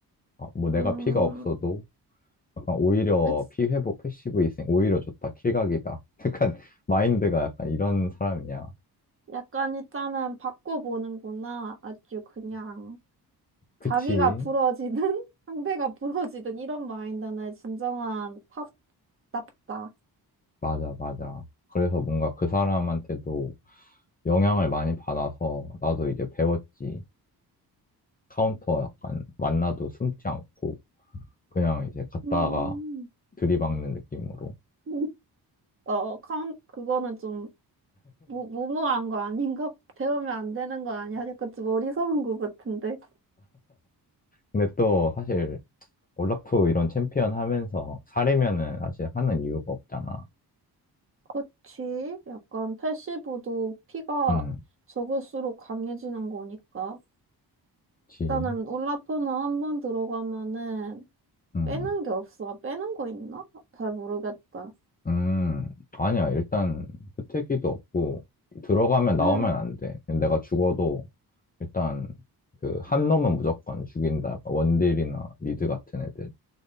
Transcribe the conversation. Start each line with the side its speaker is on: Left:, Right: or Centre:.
Left: 아, 뭐 내가
Right: 음,
Left: 피가 없어도 약간 오히려
Right: 그치.
Left: 피 회복 패시브 있으니 오히려 좋다. 킬각이다. <laughs> 약간 마인드가 약간 이런 사람이야.
Right: 약간 일단은 바꿔보는구나. 아주 그냥,
Left: 그치?
Right: 자기가 부러지든, <laughs> 상대가 부러지든, 이런 마인드는 진정한 탑답다.
Left: 맞아, 맞아. 그래서 뭔가 그 사람한테도 영향을 많이 받아서 나도 이제 배웠지. 카운터 약간 만나도 숨지 않고. 그냥 이제 갔다가
Right: 음,
Left: 들이박는 느낌으로.
Right: <laughs> 어, 컴, 그거는 좀, 무, 무모한 거 아닌가? 배우면 안 되는 거 아니야? 약간 좀 어리석은 거 같은데.
Left: 근데 또 사실 올라프 이런 챔피언 하면서 사리면은 사실 하는 이유가 없잖아.
Right: 그치? 약간 패시브도 피가
Left: 음,
Right: 적을수록 강해지는 거니까.
Left: 지,
Right: 일단은 울라프는 한 번 들어가면은
Left: 음,
Right: 빼는 게 없어. 아, 빼는 거 있나? 잘 모르겠다.
Left: 음. 아니야. 일단 후퇴기도 없고 들어가면 나오면
Right: 응,
Left: 안 돼. 내가 죽어도 일단 그 한 놈은 무조건 죽인다. 약간 원딜이나 미드 같은 애들.